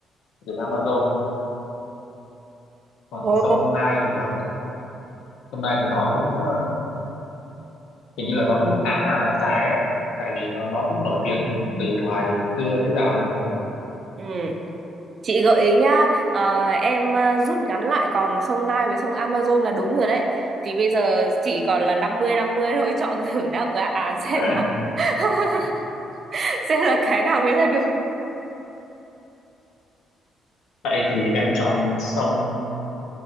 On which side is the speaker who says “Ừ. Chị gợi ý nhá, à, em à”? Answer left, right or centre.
Right